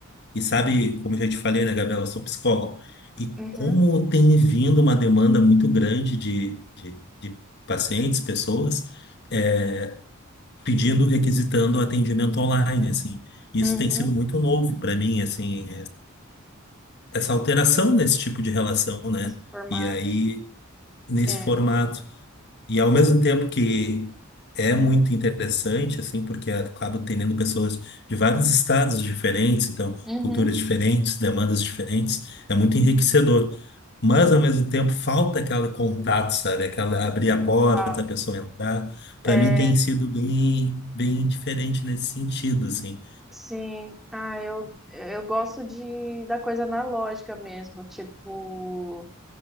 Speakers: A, on the left; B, in the centre.
A: E sabe, como eu já te falei, né, Gabriela, eu sou psicólogo. E
B: uhum,
A: como tem vindo uma demanda muito grande de, de, de pacientes, pessoas, eh, pedindo, requisitando atendimento online, assim. Isso
B: uhum.
A: tem sido muito novo para mim, assim, essa alteração nesse tipo de relação, né?
B: Esse formato.
A: E aí, nesse
B: É.
A: formato. E ao mesmo tempo que é muito interessante, assim, porque acaba tendo pessoas de vários estados diferentes, então,
B: Uhum.
A: culturas diferentes, demandas diferentes, é muito enriquecedor. Mas, ao mesmo tempo, falta aquele contato, sabe? Aquela abrir a porta,
B: Fala.
A: a pessoa entrar.
B: É,
A: Para mim, tem sido bem, bem diferente nesse sentido, assim.
B: sim. Ah, eu, eu gosto de da coisa analógica mesmo. Tipo,